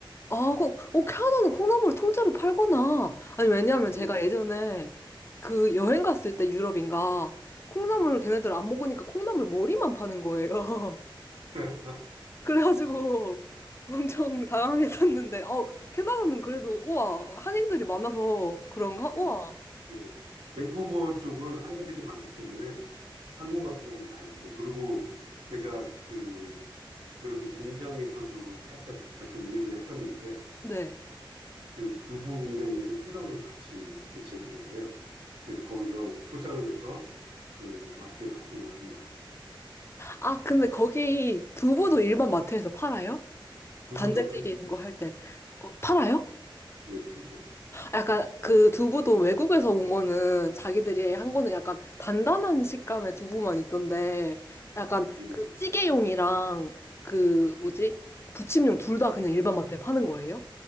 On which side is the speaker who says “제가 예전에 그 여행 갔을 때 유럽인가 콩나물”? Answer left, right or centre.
Left